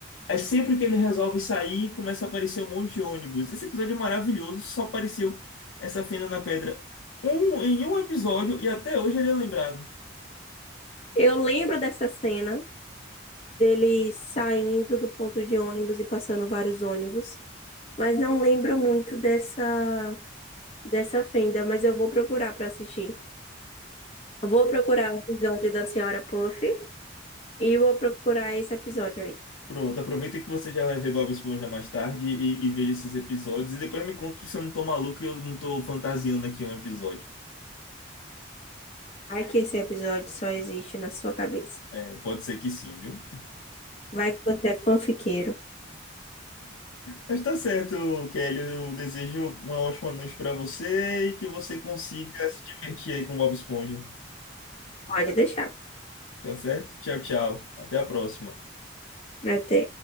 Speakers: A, on the left (about 80°); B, on the left (about 30°).
A: Aí sempre que ele resolve sair, começa a aparecer um monte de ônibus. Esse episódio é maravilhoso, só apareceu essa fenda na pedra um, em um episódio e até hoje ele é lembrado.
B: eu lembro dessa cena dele saindo do ponto de ônibus e passando vários ônibus. Mas não lembro muito dessa, dessa fenda, mas eu vou procurar para assistir. Eu Vou procurar o episódio da Senhora Puff e vou procurar esse episódio aí.
A: Pronto, aproveita que você já vai ver Bob Esponja mais tarde e, e veja esses episódios. E depois me conta se eu não tô maluco e eu não tô fantasiando aqui um episódio.
B: Ai que esse episódio só existe na sua cabeça.
A: É, pode ser que sim, viu?
B: Vai que você é fanfiqueiro.
A: Mas tá certo, Kelly. Eu desejo uma ótima noite pra você e que você consiga se divertir aí com Bob Esponja.
B: Pode deixar.
A: Tá certo? Tchau, tchau. Até a próxima.
B: Até.